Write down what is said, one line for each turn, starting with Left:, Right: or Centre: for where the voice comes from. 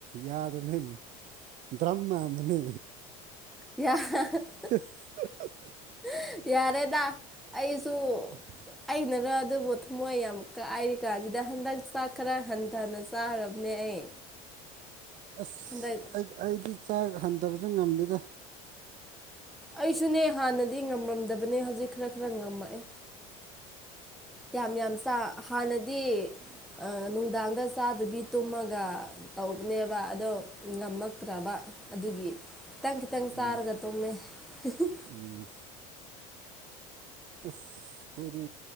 Right: ꯌꯥꯗꯕꯅꯦ ꯗ꯭ꯔꯝ ꯃꯥꯟꯕꯅꯦ
Centre: ꯌꯥ <unintelligible>
Right: <unintelligible>
Centre: <unintelligible> ꯌꯥꯔꯦꯗ ꯑꯩꯁꯨ
Right: ꯑ <unintelligible>
Centre: ꯑꯩꯅꯔ ꯑꯗꯨꯕꯨ ꯊꯃꯣꯏ ꯌꯥꯝ ꯀꯥꯏꯔꯤ ꯀꯥꯟꯁꯤꯗ ꯍꯟꯗꯛ ꯆꯥꯛ ꯈꯔ ꯍꯟꯊꯅ ꯆꯥꯔꯕꯅꯦ ꯑꯩ
Right: ꯑꯁ
Centre: ꯍꯟꯗꯛ
Right: ꯑꯩ ꯑꯩꯗꯤ ꯆꯥꯛ ꯍꯟꯊꯕꯁꯨ ꯉꯝꯗꯦꯗ
Centre: ꯑꯩꯁꯨꯅꯦ ꯍꯥꯟꯅꯗꯤ ꯉꯝꯔꯝꯗꯕꯅꯦ ꯍꯧꯖꯤꯛ ꯈꯔ ꯈꯔ ꯉꯝꯃꯛꯑꯦ ꯌꯥꯝ ꯌꯥꯝ ꯆꯥ ꯍꯥꯟꯅꯗꯤ ꯑ ꯅꯨꯡꯗꯥꯡꯗ ꯆꯥꯗꯕꯤ ꯇꯨꯝꯃꯒ ꯇꯧꯕꯅꯦꯕ ꯑꯗꯣ ꯉꯝꯃꯛꯇ꯭ꯔꯕ ꯑꯗꯨꯒꯤ ꯈꯤꯇꯪ ꯈꯤꯇꯪ ꯆꯥꯔꯒ
Right: ꯎꯝ
Centre: ꯇꯨꯝꯃꯦ <unintelligible>
Right: ꯎꯝ ꯑꯁ ꯈꫭꯏꯗꯤ